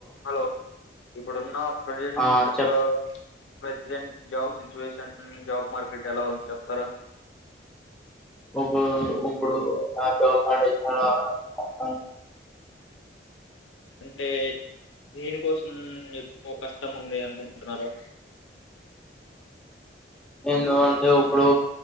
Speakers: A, on the left; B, in the centre.
A: Hello ఇప్పుడున్న present
B: ఆ చెప్
A: present job situation. Job market ఎలా ఉంద్ చెప్తారా.
B: ఊపు ఉప్పుడు <unintelligible> వస్తంద
A: అంటే దేనికోసం ఎక్కువ కష్టం ఉంది. అనుకుంటున్నారు.
B: ఎందుకంటే ఉప్పుడు